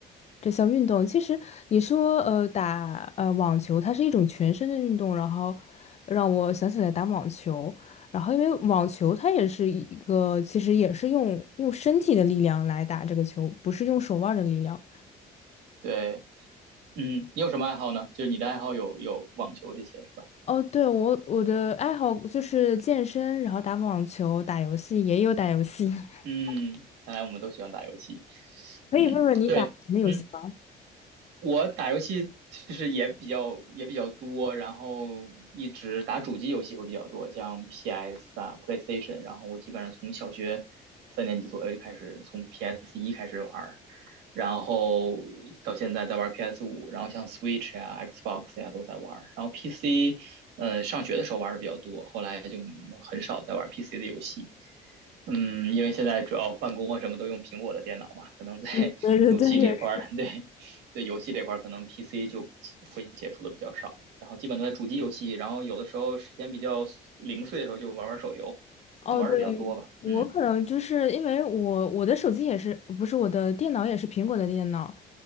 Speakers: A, on the left; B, on the right.
A: 这项运动。其实你说呃打呃网球，它是一种全身的运动，然后让我想起来打网球，然后因为网球它也是一个其实也是用用身体的力量来打这个球，不是用手腕儿的力量。
B: 对。嗯，你有什么爱好呢？就是你的爱好有有网球这些是吧？
A: 哦，对，我我的爱好就是健身，然后打网球、打游戏，也有打游戏。<laughs>
B: 嗯，看来我们都喜欢打游戏。
A: 可以问问你打什么游戏吗？
B: 嗯，对，嗯。我打游戏其实也比较也比较多，然后一直打主机游戏会比较多，像 PS 啊、PlayStation，然后我基本上从小学三年级左右就开始从 PS 一开始玩儿，然后到现在在玩 PS 五，然后像 Switch 呀、Xbox 呀都在玩儿，然后 PC，呃，上学的时候玩的比较多，后来就很少在玩 PC 的游戏。嗯，因为现在主要办公啊什么都用苹果的电脑嘛，可能在
A: <laughs> 对对对，
B: <laughs> 游戏这块儿，
A: 也是。
B: 对，对游戏这块儿可能 PC 就会接触的比较少，然后基本都在主机游戏，然后有的时候时间比较零碎的时候就玩玩手游，
A: 哦，
B: 玩的比较多吧，
A: 对，我可能就是因为我我的手机也是，
B: 嗯
A: 不是我的电脑也是苹果的电脑，